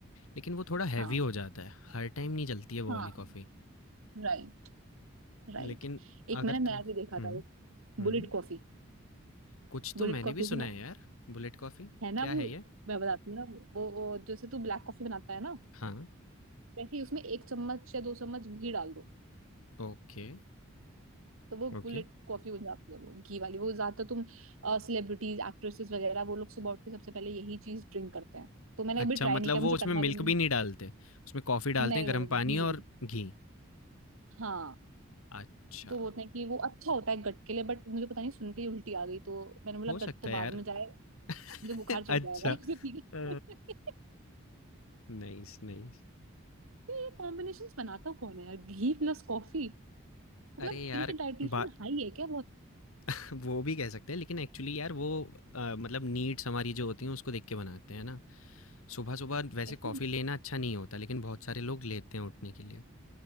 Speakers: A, on the left (about 80°); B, on the right (about 80°).
A: लेकिन वो थोड़ा हैवी
B: हाँ
A: हो जाता है हर टाइम नहीं चलती है वो
B: हाँ
A: वाली कॉफ़ी
B: Right right
A: लेकिन
B: एक
A: अगर
B: मैंने
A: तू
B: नया भी देखा
A: हम्म
B: था वो
A: हम्म
B: बुलेट कॉफी
A: कुछ तो
B: बुलेट
A: मैंने
B: कॉफी
A: भी सुना
B: सुना
A: है
B: है
A: यार बुलेट कॉफ़ी
B: है ना
A: क्या है
B: वो
A: ये
B: मैं बताती हूँ ना वो, वो जैसे तू ब्लैक कॉफी बनाता है ना
A: हाँ
B: वैसे ही उसमें एक चम्मच या दो चम्मच घी डाल दो
A: Okay
B: तो वो
A: okay
B: बुलेट कॉफी बन जाती है वो घी वाली वो ज्यादातर तुम सेलिब्रिटीज एक्ट्रेसेस वगैरह वो लोग सुबह उठ के सबसे पहले यही चीज ड्रिंक करते हैं तो मैंने
A: अच्छा,
B: कभी ट्राई
A: मतलब
B: नहीं किया
A: वो
B: मुझे
A: उसमें
B: करना
A: मिल्क
B: भी नहीं
A: भी नहीं डालते? उसमें कॉफ़ी डालते
B: नहीं
A: हैं, गर्म
B: नहीं नहीं
A: पानी
B: घी
A: और घी?
B: हाँ
A: अच्छा,
B: तो वो होता है कि वो अच्छा होता है गट के लिए बट मुझे पता नहीं सुन के ही उल्टी आ गई तो मैंने बोला
A: हो सकता
B: गट तो बाद
A: है यार।
B: में जाए मुझे
A: <laughs>
B: बुखार चढ़
A: अच्छा।
B: जाएगा <laughs> इसे पी के।
A: अ, नाइस, नाइस।
B: <laughs> ये कॉम्बिनेशन बनाता कौन है यार घी प्लस कॉफी मतलब
A: अरे यार,
B: इनके डाइटिशियन
A: बा
B: हाई है क्या बहुत
A: <laughs> वो भी कह सकते हैं, लेकिन एक्चुअली यार वो अ, मतलब नीड्स हमारी जो होती हैं, उसको देख के बनाते हैं, है ना? सुबह-सुबह वैसे
B: ऐसे
A: कॉफ़ी
B: नहीं
A: लेना
B: बनाते।
A: अच्छा नहीं होता, लेकिन बहुत सारे लोग लेते हैं उठने के लिए